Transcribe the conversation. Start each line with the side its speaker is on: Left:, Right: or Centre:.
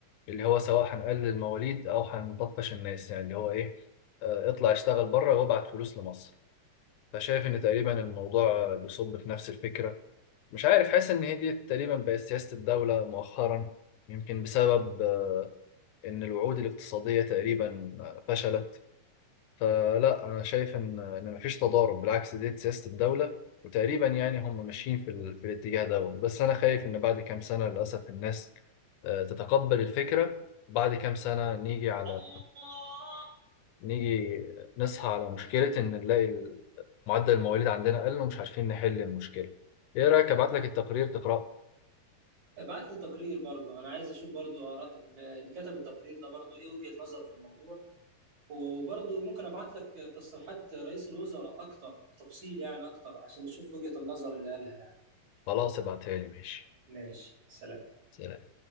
Left: اللي هو سواء هنقلل المواليد أو هنطفش الناس يعني اللي هو إيه آه، اطلع اشتغل بره وابعت فلوس لمصر فشايف إن تقريبا الموضوع آه، بيصب في نفس الفكرة مش عارف حاسس إن هي دي تقريبا بقت سياسة الدولة مؤخرا يمكن بسبب آه، إن الوعود الاقتصادية تقريبا آه، فشلت فلا انا شايف ان ان مفيش تضارب بالعكس دي سياسه الدوله وتقريبا يعني هم ماشيين في, ال... في الاتجاه دوت بس انا خايف ان بعد كام سنه للاسف الناس آه، تتقبل الفكره بعد كام سنه نيجي على
Right: الله
Left: نيجي نصحى على مشكله ان نلاقي ال- معدل المواليد عندنا قل ومش عارفين نحل المشكله ايه رايك ابعت لك التقرير تقراه
Right: ابعت لي التقرير برضو انا عايز اشوف برضو اراء ال- اللي كتب التقرير ده برضو ايه وجهة نظره في الموضوع وبرضو ممكن ابعت لك تصريحات رئيس الوزراء اكتر بتفصيل يعني اكتر عشان نشوف وجهة النظر اللي قالها يعني
Left: خلاص ابعتها لي ماشي
Right: ماشي سلام
Left: سلام